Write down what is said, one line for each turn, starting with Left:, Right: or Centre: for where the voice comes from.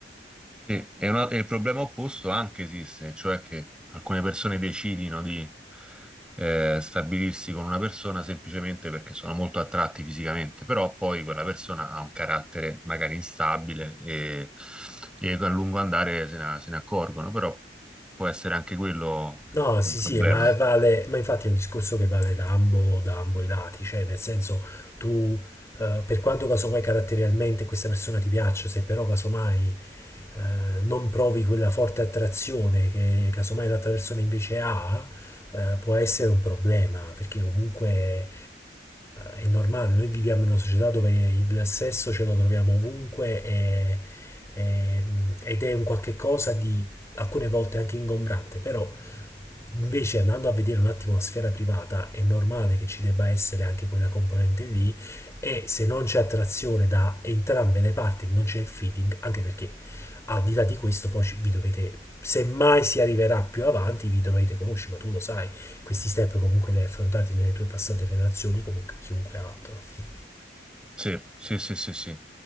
Centre: Sì, e, una- e il problema opposto anche esiste, cioè che alcune persone decidino di eh, stabilirsi con una persona semplicemente perché sono molto attratti fisicamente, però poi quella persona ha un carattere magari instabile e, e a lungo andare se ne, se ne accorgono, però può essere anche quello
Left: No, sì,
Centre: un problema.
Left: sì, ma vale, ma infatti è un discorso che vale da ambo, da ambo i lati, cioè nel senso tu, eh, per quanto casomai caratterialmente questa persona ti piaccia, se però casomai eh, non provi quella forte attrazione che casomai l'altra persona invece ha, eh, può essere un problema, perché comunque eh, è normale, noi viviamo in una società dove il sesso ce lo troviamo ovunque e- e- ed è un qualche cosa di alcune volte anche ingombrante, però Invece andando a vedere un attimo la sfera privata è normale che ci debba essere anche quella componente lì e se non c'è attrazione da entrambe le parti, non c'è il feeding, anche perché al di là di questo poi ci- vi dovete, se mai si arriverà più avanti, vi dovete conoscere, ma tu lo sai, questi step comunque li hai affrontati nelle tue passate relazioni come chiunque altro.
Centre: Sì, sì, sì, sì, sì.